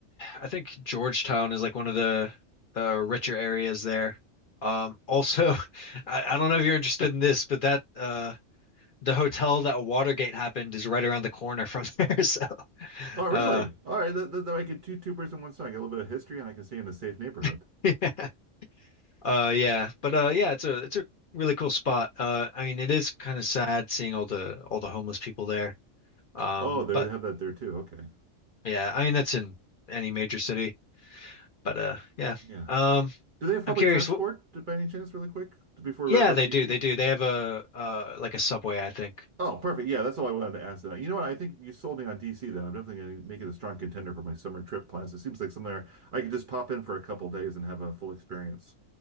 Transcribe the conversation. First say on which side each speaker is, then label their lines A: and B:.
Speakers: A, on the left; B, on the right.
A: I think Georgetown is like one of the uh, richer areas there. Um, also, <laughs> I, I don't know if you're interested in this, but that uh, the hotel that Watergate happened is right around the corner from there. <laughs> So,
B: Oh, really?
A: uh,
B: All right. That, that, that I could two two birds in one stone. I get a little bit of history, and I can stay in a safe neighborhood.
A: <laughs> yeah, uh, yeah, but uh, yeah, it's a it's a really cool spot. Uh, I mean, it is kind of sad seeing all the all the homeless people there. Um,
B: Oh, they
A: but
B: have that there too. Okay.
A: yeah, I mean that's in any major city. But uh, yeah,
B: Yeah.
A: um,
B: Do they have public
A: I'm curious.
B: transport
A: What,
B: to- by any chance, really quick, to- before
A: yeah,
B: we wrap up
A: they
B: DC?
A: do. They do. They have a uh like a subway, I think.
B: Oh, perfect. Yeah, that's all I wanted to ask. That. You know what? I think you sold me on DC. Then I'm definitely going to make it a strong contender for my summer trip plans. It seems like somewhere I could just pop in for a couple days and have a full experience.